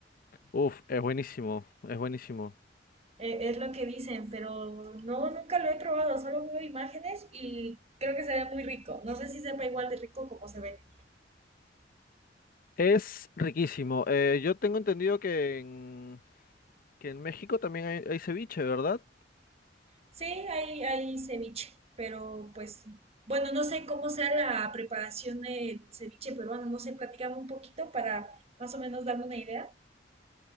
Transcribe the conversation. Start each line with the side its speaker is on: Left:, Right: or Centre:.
Left: Uf, es buenísimo, es buenísimo.
Right: E- es lo que dicen, pero no, nunca lo he probado. Solo veo imágenes y creo que se ve muy rico. No sé si sepa igual de rico como se ve.
Left: Es riquísimo. Eh, yo tengo entendido que en, que en México también hay, hay ceviche, ¿verdad?
Right: Sí, hay, hay ceviche, pero pues, bueno, no sé cómo sea la preparación del ceviche peruano. No sé, platícame un poquito para más o menos darme una idea.